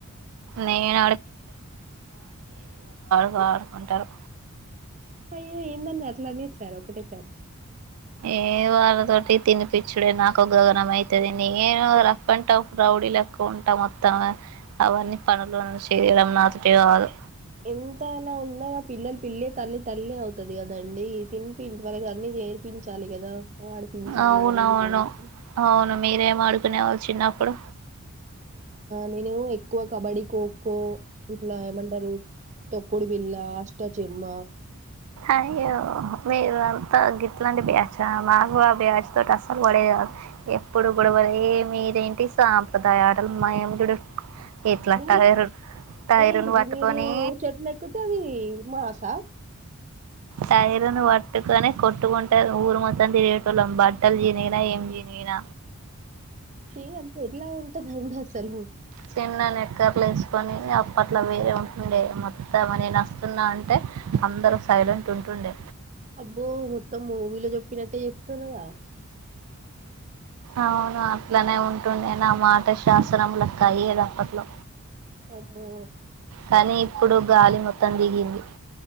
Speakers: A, on the right; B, on the right.
A: నేను ఆడుకుంటరు
B: అయ్యో ఏందండి అట్లా అనే సార్ ఒకటే సారి
A: ఏ వాళ్ళతోటి తినిపచ్చుడే నాకు ఘోరం అవుతుంది నేను రఫ్ అండ్ టఫ్ రౌడీ లెక్క ఉంటా మొత్తం అవన్నీ పనులో చేయడం నాతోటి కాదు
B: ఎంతనా ఉన్నా పిల్లలు పిల్ల తల్లి తల్లి అవుతుది కదండి తినిపించ్ వాళ్ళకి అన్నీ నేర్పించాలి కదా ఆడిపించాలి
A: అవునవును
B: అన్నీ చేయిస్తే
A: అవును మీరేం ఆడుకునేవాళ్ళు చిన్నప్పుడు
B: నేనూ ఎ క్కువ కబడ్డీ కో కో ఇట్లా ఏమంటరు తొక్కుడు బిల్లా అ ష్ట చెమ్మ
A: అయ్యో మీరు అంతా గిట్లాంటి బ్యాస్ చ మగువా బ్యాచ్ తోటి అసలు పడే కాదు ఎప్పుడు గొడవలు ఏ మీరేంటి సాంప్రదాయ ఆటలు మేము చూడు ఇట్లా
B: హామ్
A: టైరు టైరును
B: ఏంటిది
A: పట్టుకొని
B: మీరు చెట్లు ఎక్కుతే అవి భాష
A: టైరును పట్టుకనే కొట్టుకుంట ఊరు మొత్తం తిరిగటోళ్ళం బట్టలు చినిగిన ఏం చినిగిన
B: చీ అంత ఎట్లా ఉంటది ఏంది అసలు.
A: చిన్న నిక్కర్లు వేసుకొని అప్పట్లో వేరే ఉంటుండే మొత్తంమ నను వస్తున్నా అంటే అందరు సైలెంట్ ట్ ఉంటుండే
B: అబ్బో మొత్తం వీళ్ళు చెప్పినట్టే చెప్తుర్రుగా.
A: అవును అట్లనే ఉంటుండే నా మాట శాసనం లెక్క అయ్యేది అప్పట్లో
B: అమ్మో
A: కానీ ఇప్పుడు. గాలి మొత్తం దిగింది